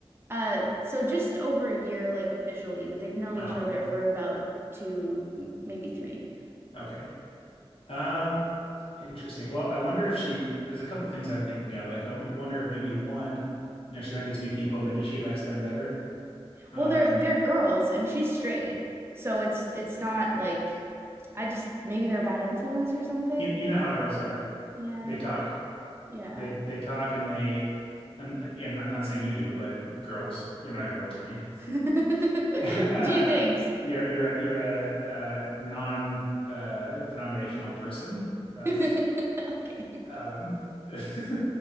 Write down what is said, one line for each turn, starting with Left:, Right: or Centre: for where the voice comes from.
Right: Uh, so just over a year, like officially, but they've known
Left: Oh,
Right: each other for about two, m- maybe three.
Left: okay. Um. Interesting. Well, I wonder if she, there's a couple of things I'm thinking of. Like, I wonder if maybe one, you know, she met these new people, maybe she likes them better. Um,
Right: Well, they're they're girls and she's straight. So it's it's not like
Left: y-
Right: I just maybe they're a bad influence or something.
Left: you, you know how girls are.
Right: Yeah.
Left: They talk.
Right: Yeah.
Left: They they talk and they, um, like, yeah, I'm not, I'm not saying you do, but girls, you're not a girl to me.
Right: <laughs>
Left: <laughs> Uh,
Right: Gee, thanks.
Left: you're you're you're a, uh non uh denominational person. Uh,
Right: <laughs> Okay.
Left: Um, <laughs>